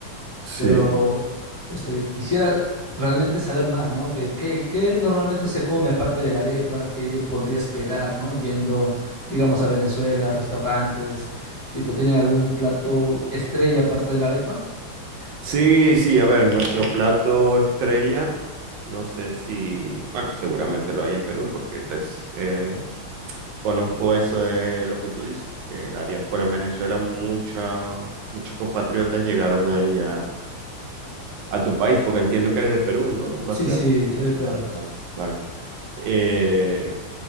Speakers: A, on the right; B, on the left.
A: Sí,
B: Pero este, quisiera realmente saber más, ¿no? ¿Qué, qué, qué normalmente se come aparte de la arepa? qué yo podría esperar, ¿no? Yendo, digamos, a Venezuela, restaurantes, tipo, ¿tienen algún plato estrella aparte de la arepa?
A: sí, sí, a ver, nuestro plato estrella, no sé si, bueno, seguramente lo hay en Perú porque te es- eh, conozco eso de lo que tú dices, que la diáspora en Venezuela, mucha- muchos compatriotas llegaron ahí a, a tu país, porque entiendo que eres de Perú, ¿no, Marcial?
B: Sí, sí, soy de Perú.
A: Vale, vale. Vale. Eh,